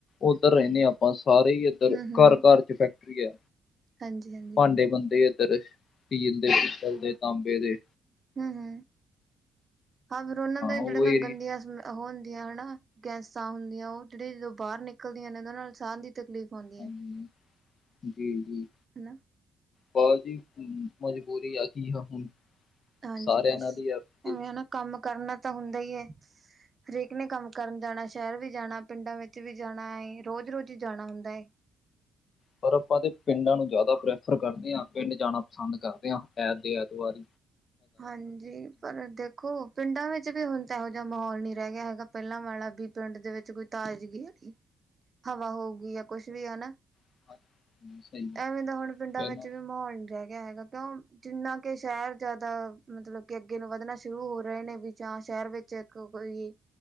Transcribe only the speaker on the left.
ਉੱਧਰ ਰਹਿੰਣੇ ਆ ਆਪਾਂ ਸਾਰੇ ਹੀ ਇੱਧਰ
ਘਰ ਘਰ ਚ ਫੈਕਟਰੀ ਐ
ਭਾਂਡੇ ਬੰਣਦੇ ਇੱਧਰ ਟੀਲ ਦੇ ਪਿੱਤਲ ਦੇ ਤਾਂਬੇ ਦੇ ਏ
ਉਹ
ਏਰੀਆ
ਹੂ
ਜੀ ਜੀ
ਬਾਅ ਜੀ ਮਜਬੂਰੀ ਆ ਕੀ ਐ ਹੁਣ
ਸਾਰਿਆਂ
ਨਾਲ ਹੀ ਆ ਕਿ
ਪਰ ਆਪਾਂ ਤਾਂ ਪਿੰਡਾਂ ਨੂੰ ਜ਼ਿਆਦਾ ਪ੍ਰੈਫਰ ਕਰਦੇ ਆ, ਪਿੰਡ ਜਾਣਾ ਪਸੰਦ ਕਰਦੇ ਆ ਐਤ ਦੇ ਐਤਵਾਰ ਈ।
ਹਾਂਜੀ, ਸਹੀ ਆ
ਪਹਿਲਾਂ